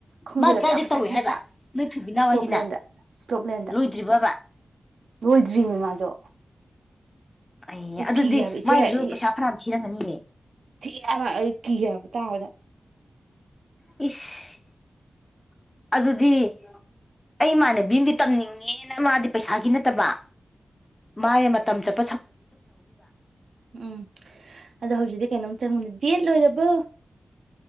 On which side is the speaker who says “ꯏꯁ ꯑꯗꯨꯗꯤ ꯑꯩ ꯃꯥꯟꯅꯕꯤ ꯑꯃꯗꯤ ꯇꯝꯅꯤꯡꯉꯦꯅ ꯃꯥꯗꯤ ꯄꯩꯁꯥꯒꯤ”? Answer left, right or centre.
Left